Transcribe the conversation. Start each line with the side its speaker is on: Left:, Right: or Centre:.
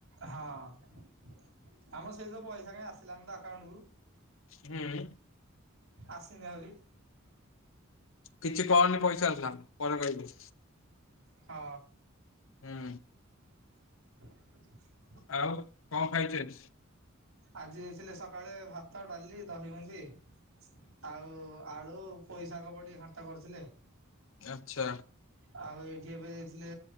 Right: ହଁ ଆମର ସେଇ ଯେଉଁ ପଇସା କାହିଁ ଆସିଲାନି ତ ଆକାଉଣ୍ଟକୁ।
Left: ହୁଁ।
Right: ଆସିନି ଆହୁରି
Left: କିଛି କରନି ପଇସା ଆସିଲା ପରେ କହିବୁ।
Right: ହଁ।
Left: ହୁଁ।
Right: <inaudible>
Left: ଆଉ କଣ ଖାଇଚୁ ଆଜି?
Right: ଆଜି ଦେଇଥିଲେ ସକାଳେ ଭାତ ଡାଲି ଦହି ଭେଣ୍ଡି ଆଉ ଆଳୁ। ପୋଇ ଶାଗ ପ ଟିକେ ଘାଣ୍ଟ କରିଥିଲେ।
Left: ଆଛା।
Right: ଆଉ ଏଇଠି ଏବେ ଦେଇଥିଲେ।